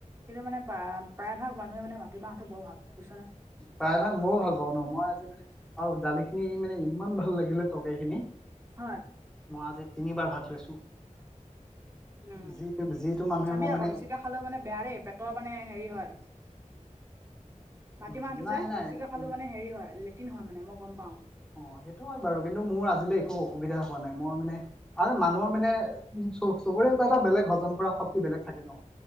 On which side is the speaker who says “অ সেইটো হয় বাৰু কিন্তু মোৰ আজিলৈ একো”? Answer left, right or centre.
Centre